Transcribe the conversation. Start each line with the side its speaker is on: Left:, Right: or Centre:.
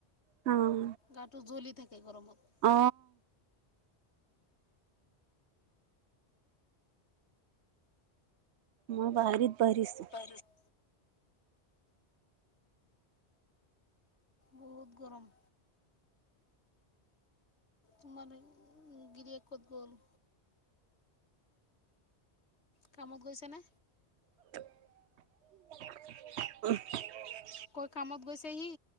Right: উম
Left: গাটো জ্বলি থাকে গৰমত।
Right: অ মই বাহাৰিত বাৰীছো
Left: বাহিৰত বহুত গৰম তোমাৰ গিৰিয়েক ক'ত গ'ল? কামত গৈছে নে?
Right: <unintelligible>
Left: কৈ কামত গৈছে সি,